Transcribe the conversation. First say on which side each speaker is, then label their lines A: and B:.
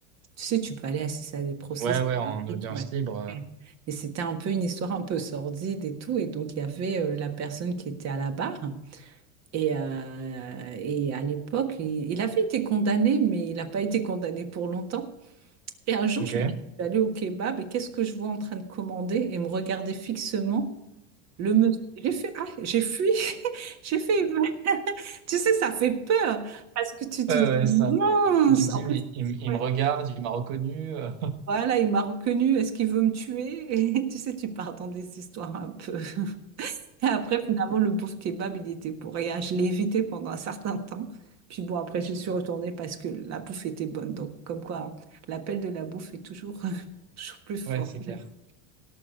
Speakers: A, on the right; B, on the right.
A: Tu sais, tu peux aller assister à des procès,
B: Ouais,
A: c'est
B: ouais, en
A: un
B: audience
A: truc, ouais.
B: libre. euh,
A: Ouais. Et c'était un peu une histoire un peu sordide et tout. Et donc, il y avait euh, la personne qui était à la barre. Et, euh, et à l'époque, il, il avait été condamné, mais il n'a pas été condamné pour longtemps. Et un jour,
B: Ok.
A: je
B: Ouais,
A: me- je suis allée au kebab et qu'est-ce que je vois en train de commander et me regarder fixement le monsieur. J'ai fait, ah, j'ai fui, <laughs> j'ai fait, <laughs> tu sais, ça fait peur parce que tu te
B: ouais,
A: dis, mince,
B: ça. Tu te dis,
A: en plus,
B: mais il, m- il
A: ouais,
B: me regarde, il m'a reconnu. euh,
A: voilà, il m'a reconnu, est-ce qu'il veut me tuer? <laughs> Et tu sais, tu pars dans des histoires un peu. <laughs> Et après, finalement, le pauvre kebab, il y était pour rien. Je l'ai évité pendant un certain temps. Puis bon, après, j'y suis retournée parce que la bouffe était bonne. Donc, comme quoi, hein, l'appel de la bouffe est toujours, <laughs> toujours
B: <laughs>
A: plus fort.
B: Ouais, c'est clair.